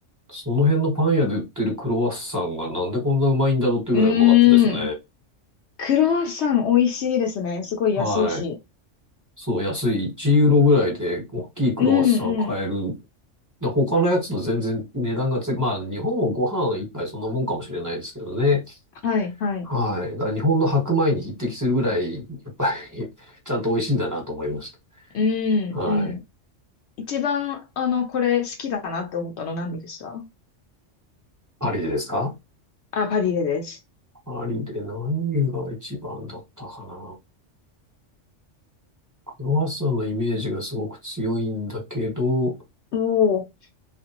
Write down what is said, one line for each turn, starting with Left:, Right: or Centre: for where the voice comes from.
Right: その辺のパン屋で売ってるクロワッサンがなんでこんなうまいんだろうってぐらいうまかったですね。
Left: うーん。クロワッサン美味しいですね。すごい安いし。
Right: はい。そう、安い1ユーロぐらいで大きいクロワッサン買える
Left: うんうん。
Right: だ他のやつと全然値段がつ、まあ日本もご飯一杯そんなもんかもしれないですけどね。
Left: はいはい。
Right: はい。だから日本の白米に匹敵するぐらい、やっぱり <laughs> ちゃんと美味しいんだなと思いまし
Left: うんうん。
Right: た。はい。
Left: 一番、あの、これ好きだなって思ったの何でした
Right: パリでですか
Left: あ、パディレです。
Right: パリで何が一番だったかな。クロワッサンのイメージがすごく強いんだけど、
Left: おー。